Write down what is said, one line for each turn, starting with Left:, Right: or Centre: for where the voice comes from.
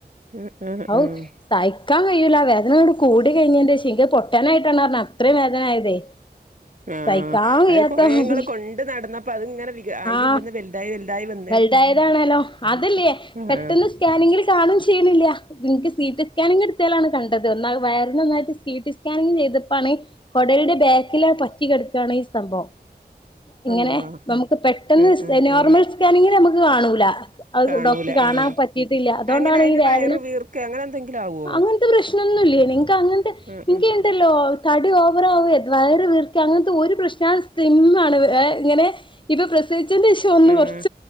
Right: ആഹ് ആഹ്
Left: ഹൗ
Right: ആഹ്
Left: സഹിക്കാ കഴിൂല വേദനോട് കൂടി കഴിഞ്ഞന്റെ <unintelligible> പൊട്ടനായിട്ടാണ് റഞ്ഞ അത്രയും വേദന ആയതേ
Right: ആഹ്
Left: സഹിക്കാവയത്താ
Right: അത് കൊറേ
Left: മാതിരി
Right: ഇങ്ങള് കൊണ്ട് നടന്നപ്പോ അതിങ്ങനെ വിക അയിന്റെ
Left: ആഹ്
Right: ഉള്ളിന്ന് വലുതായി വലുതായി വന്ന്
Left: വലുതായതാണല്ലോ അതല്ലേ
Right: ആഹ്
Left: പെട്ടന്ന് സ്കാനിങ്ങിൽ കാണും ചെയ്യണില്ല നിക്ക് സി ടി സ്കാനിങ് എടുത്തേലാണ് കണ്ടത് ഒന്നാ വയറി നന്നായിട്ട് സി ടി സ്കാനിങ് ചെയ്തപ്പാണ് കൊടലിന്റെ ബാക്കിൽ പറ്റി കിടക്കുകയാണ് ഈ സംഭവം ഇങ്ങനെ
Right: അള്ളാ
Left: നമുക്ക് പെട്ടെന്ന്
Right: ആഹ് ആഹ്
Left: നോർമൽ
Right: ആഹ്
Left: സ്കാനിങ്ങിന് നമുക്ക് കാണൂല അത്
Right: കാണൂല
Left: ഡോക്ടി കാണാൻ
Right: ആഹ്
Left: പറ്റീട്ടില്ല അതുകൊണ്ടാണ്
Right: അങ്ങനെ അയിന്
Left: ഈ വേദന
Right: വയറ് വീർക്കെ അങ്ങനെ എന്തെങ്കിലും ആവോ
Left: അങ്ങനെ പ്രശ്നന്നും ഇല്ലേ നിക്ക് അങ്ങനത്തെ
Right: ആഹ്
Left: നിങ്ക് ല്ലല്ലോ തടി ഓവറാവെ വയർ വീർക്കെ അങ്ങനത്തെ ഒരു പ്രശ്നം ഞാൻ സ്ലിം ആണ് ഇവ വെ ഇങ്ങനെ ഇപ്പൊ പ്രസവിച്ചന്റെ ശേഷം ഒന്ന്
Right: ആഹ് ആഹ്
Left: കുറ